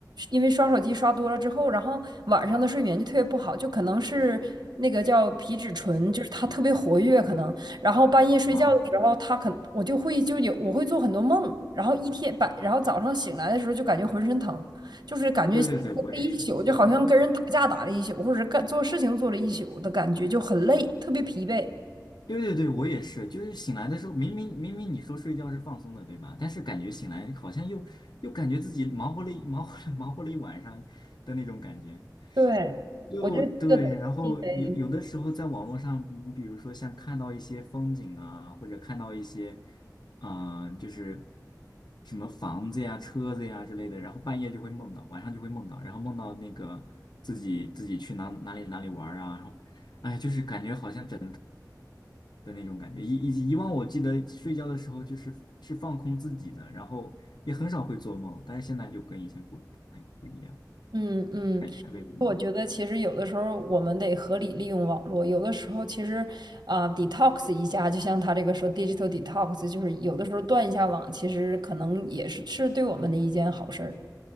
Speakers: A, on the right; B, on the left.
A: 因为刷手机刷多了之后，然后晚上的睡眠就特别不好，就可能是那个叫皮质醇，就是它特别活跃，可能，然后半夜睡觉的时候，
B: 啊，
A: 它可我就会就有我会做很多梦，然后一天白，然后早上醒来的时候就感觉浑身疼，就是感觉
B: 对对对，我也是，
A: 一宿就好像跟人打架打了一宿，
B: 嗯。
A: 或者是干做事情做了一宿的感觉，就很累，特别疲惫。
B: 对对对，我也是，就是醒来的时候，明明明明你说睡觉是放松的，对吧？但是感觉醒来好像又又感觉自己忙活了一忙活了 <laughs> 忙活了一晚上的那种感觉，
A: 对，
B: 就对。
A: 我觉得这个因为
B: 然后有有的时候在网络上，嗯比如说像看到一些风景啊，或者看到一些啊、呃就是什么房子呀、车子呀之类的，然后半夜就会梦到，晚上就会梦到，然后梦到那个自己自己去哪哪里哪里玩儿啊，然后哎，就是感觉好像。整。的那种感觉。以以及以往我记得睡觉的时候就是是放空自己的，然后也很少会做梦，但是现在就跟以前不不太不一样，
A: 嗯嗯。
B: 感觉特别明显。
A: 我觉得其实有的时候我们得合理利用网络，有的时候其实啊、detox 一下，就像他这个说 digital detox，就是有的时候断一下网，其实可能也是是对我们的一件好事儿。